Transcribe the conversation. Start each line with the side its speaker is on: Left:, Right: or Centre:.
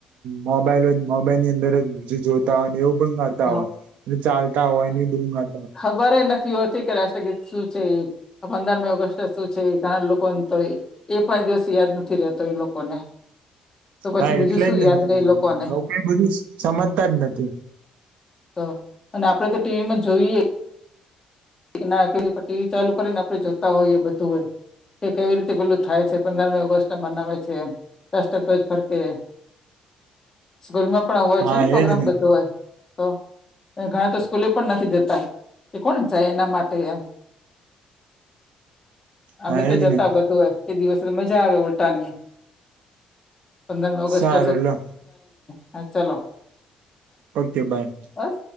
Right: મોબાઈલ મોબાઈલ ની અંદર જ જોતા હોય ને એવું. નડતા હોય
Left: હા
Right: ચાલતા હોય હોય
Left: ખબરે નથી હોતી કે રાષ્ટ્રગીત શું છે એ પંદરમી ઓગસ્ટે શું છે એ ચાર લોકોને તો એ પાંચ દિવસ યાદ નથી રહેતો એ લોકોને તો પછી
Right: હા
Left: બીજું
Right: એટલે
Left: શું
Right: જ ને
Left: યાદ રહે એ લોકોને
Right: લોકોઈ બધું સમજતા જ નથી.
Left: તો અને આપડે તો ટીવીમાં જોઈએ એ ના કરી ટીવી ચાલુ કરીને આપણે જોતા હોઈએ બધુંયે કે કેવી રીતે પેલું થાય છે પંદરમી ઓગસ્ટ મનાવે છે રાષ્ટ્રધ્વજ ફરકે
Right: <inaudible>
Left: સ્કૂલ માં પણ હોય
Right: હા
Left: છે ને પ્રોગ્રામ
Right: એજ
Left: બધું હોય તો ઘણા તો સ્કૂલે પણ નથી જતા એ કોન જાય એના માટે એમ અમે
Right: હા
Left: તો
Right: એજ
Left: જતા
Right: ને
Left: બધા એ દિવસ મજા આવે ઉલટાની પંદરમી
Right: સારું
Left: ઓગસ્ટ
Right: લો
Left: <unintelligible> <unintelligible> હ ચલો
Right: ઓકે બાય.
Left: બસ